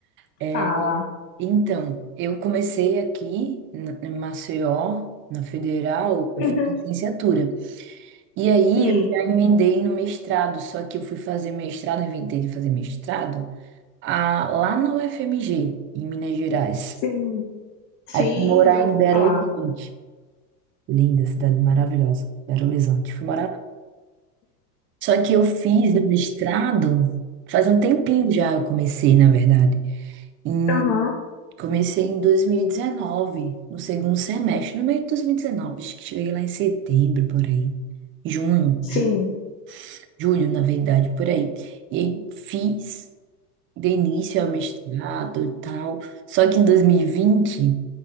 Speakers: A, on the right (about 25°); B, on the left (about 65°).
A: É,
B: Fala.
A: então, eu comecei aqui na- em Maceió, na Federal, eu
B: Uhum.
A: fiz licenciatura. E aí
B: Sim,
A: eu já emendei no mestrado, só que eu fui fazer mestrado, inventei de fazer mestrado, a- lá na UFMG, em Minas Gerais.
B: sim. Sim,
A: Aí fui morar
B: já
A: em
B: ouvi
A: Belo
B: falar.
A: Horizonte. Linda cidade maravilhosa, Belo Horizonte. Fui morar Só que eu fiz o mestrado faz um tempinho já, eu comecei, na verdade. Em-
B: Aham.
A: comecei em 2019, no segundo semestre, no meio de 2019, acho que cheguei lá em setembro, por aí. Junho, ju-
B: Sim,
A: julho, na verdade, por aí. E aí fiz, dei início ao mestrado e tal. Só que em 2020,